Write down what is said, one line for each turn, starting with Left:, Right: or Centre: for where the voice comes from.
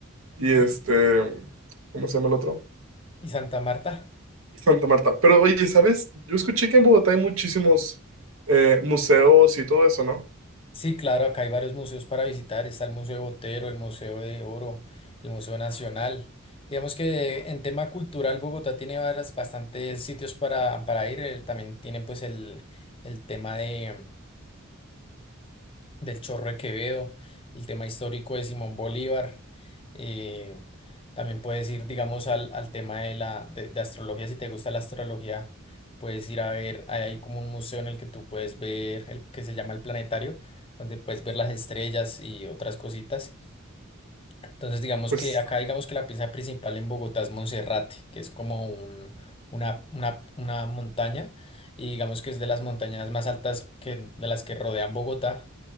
Right: y este, ¿cómo se llama el otro?
Left: ¿Y Santa Marta?
Right: Santa Marta. Pero oye, ¿sabes? Yo escuché que en Bogotá hay muchísimos eh, museos y todo eso, ¿no?
Left: Sí, claro, acá hay varios museos para visitar. Está el Museo de Botero, el Museo de Oro, el Museo Nacional. Digamos que en tema cultural, Bogotá tiene varias- bastantes sitios para, para ir. eh, También tiene pues el, el tema de, del Chorro de Quevedo, el tema histórico de Simón Bolívar. eh, también puedes ir, digamos, al, al tema de la de, de astrología. Si te gusta la astrología, puedes ir a ver, hay, hay como un museo en el que tú puedes ver el que se llama el planetario, donde puedes ver las estrellas y otras cositas. Entonces, digamos
Right: Pues
Left: que acá, digamos que la pieza principal en Bogotá es Monserrate, que es como un- una, una, una montaña, y digamos que es de las montañas más altas que, de las que rodean Bogotá.